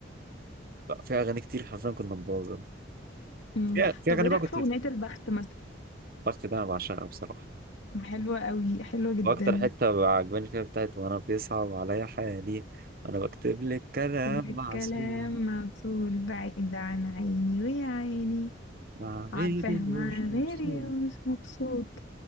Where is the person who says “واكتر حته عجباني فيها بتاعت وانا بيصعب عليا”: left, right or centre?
Right